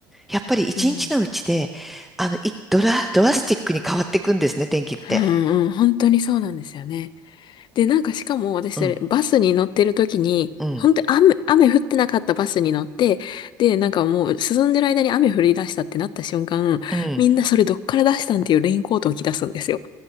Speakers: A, in the centre; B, on the left (about 50°).
A: やっぱり一日のうちで、
B: うん。
A: あの、い、ドラ、ドラスティックに変わっていくんですね、天気って。
B: うんうん、本当にそうなんですよね。で、なんかしかも私それ、
A: うん、
B: バスに乗ってる時に、
A: うん。
B: 本当に雨、雨降ってなかったバスに乗って、で、なんかもう進んでる間に雨降り出したってなった瞬間、
A: うん。
B: みんなそれどっから出したんっていうレインコートを着出すんですよ。